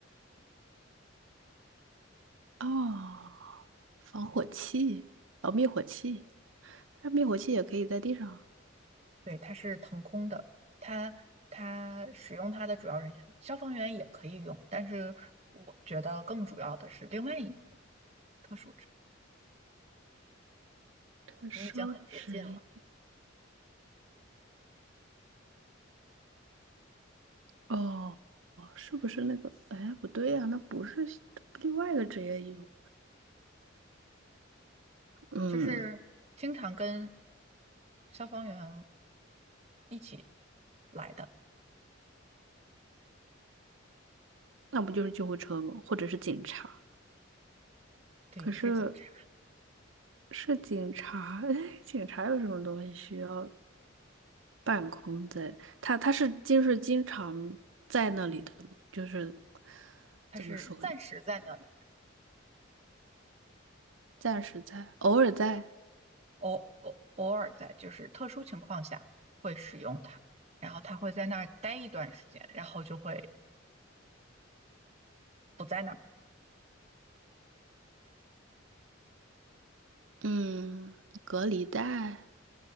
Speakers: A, on the right; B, on the right.
A: 哦，防火器，哦，灭火器，但是灭火器也可以在地上。
B: 对，它是腾空的，它它使用它的主要人员，消防员也可以用，但是我觉得更主要的是另外一个特殊职
A: 收职
B: 业你已经很接近了。
A: 哦哦，是不是那个？哎，不对呀、那不是另外一个职业一种。嗯，
B: 就是经常跟消防员一起来的，
A: 那不就是救护车吗？或者是警察？
B: 对，
A: 可是
B: 是警察，
A: 是警察，<laughs> 哎，警察有什么东西需要办公在？他他是就是经常在那里的吗？就是
B: 他是暂时在那里的，
A: 怎么说呢？暂时在，偶尔在，
B: 偶偶偶尔在就是特殊情况下会使用它，然后他会在那儿待一段时间，然后就会不在那儿。
A: 嗯，隔离带，